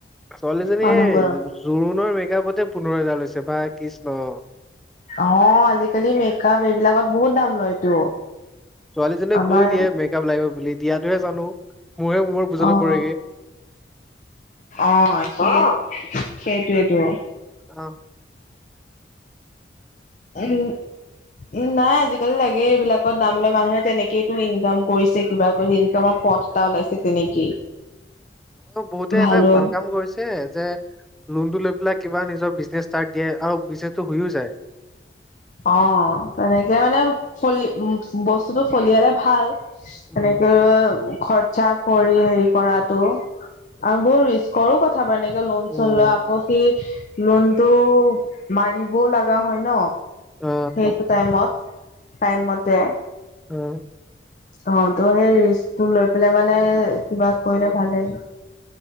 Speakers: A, in the centre; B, on the left.
A: ছোৱালীজনী
B: মানুহবোৰৰ
A: এই জোৰোণৰ মেকআপতে পোন্ধৰ হেজাৰ লৈছে ভাই কৃষ্ণ।
B: অ আজিকালি মেকআপ এইবিলাকত বহুত দাম লয়তো।
A: ছোৱালীজনীয়েক
B: আমাৰ
A: কৈ দিয়ে মেকআপ লাগিব বুলি দিয়টোহে জানো, মোৰহে ম মোৰ বুজাতো
B: অ',
A: পৰেগে।
B: অ <unintelligible> সেই সেইটোৱেতো।
A: অ।
B: <unintelligible> নাই আজিকালি লাগে এইবিলাকত নাম ললে মানুহে তেনেকেইটো ইনকাম কৰিছে, কিবা কৰি ইনকামৰ পথ টা ওলাইছে তেনেকেই।
A: অ বহুতে
B: ভালো
A: এটা ভাল কাম কৰিছে যে লোনটো লৈ পেলাই কিবা নিজৰ বিজনেছ ষ্টাৰ্ট দিয়ে আৰু বিজনেচটো হয়ো যায়।
B: অ তেনেকে মানে ফল উ বস্তুটো ফলিয়ালে ভাল।
A: উম
B: এনেকে খৰচা কৰি হেৰি কৰাতটো আৰু বহুত ৰিচ কৰো <unintelligible> এনেকে লোন
A: উম
B: চোন লৈ আকৌ সি লোনতটো মাৰিবও লগা হয় ন।
A: অ
B: সেইটো টাইমত টাইম মতে।
A: অ।
B: অ ত' সেই ৰিস্কটো লৈ পেলাই মানে কিবা কৰিলে ভালেই।